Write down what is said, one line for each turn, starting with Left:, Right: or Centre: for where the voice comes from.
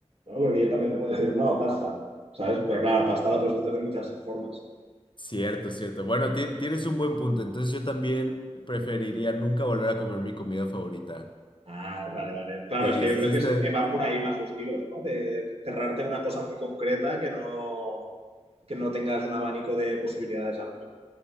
Right: ¿no? Porque yo también te puedo decir, no, pasta, ¿sabes? Pero claro, pasta la puedes hacer de muchas formas.
Left: Cierto, cierto. Bueno, ti- tienes un buen punto. Entonces, yo también preferiría nunca volver a comer mi comida favorita.
Right: Ah, vale, vale. Claro,
Left: Sí,
Right: es que yo
Left: sí,
Right: creo
Left: sí,
Right: que,
Left: está.
Right: se- que van por ahí más los tiros, ¿no? De cerrarte una cosa muy concreta que no, que no tengas un abanico de posibilidades amplio.